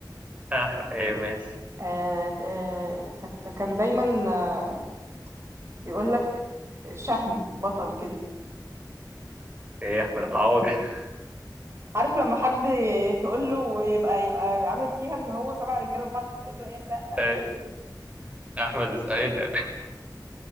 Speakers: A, on the right; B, on the right.
A: أح... ايه ماشي
B: آه آه كانت كان دايما آه بيقول لك شهم بطل كده
A: ايه احمد العوضي <laughs>
B: عارف لما حد تقول له يبقى يبقى عامل فيها ان هو سبع رجاله في بعض فتقول له ايه سقه
A: إيه،
B: كده
A: احمد الس- ايه ده